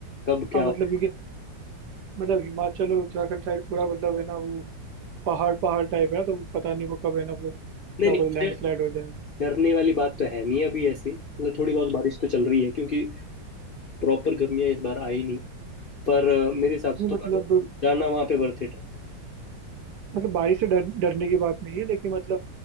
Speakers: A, on the left; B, on the right.
A: कब क्या
B: हाँ मतलब
A: होता
B: क्योंकि
A: है
B: मतलब हिमाचल और उत्तराखंड साइड पूरा मतलब है ना वो पहाड़ पहाड़ टाइप है ना तो पता नहीं वो कब है ना वो क्या
A: नहीं नहीं
B: बोले
A: उससे
B: लैंडस्लाइड हो जाए
A: डरने वाली बात तो है नहीं अभी ऐसी मतलब थोड़ी बहुत बारिश तो चल रही है क्योंकि प्रॉपर गर्मियाँ इस बार आई नहीं पर अ, मेरे हिसाब से
B: नहीं
A: तो
B: मतलब
A: पर जाना वहाँ पे वर्थ इट है
B: मतलब बारिश से डर डरने की बात नहीं है लेकिन मतलब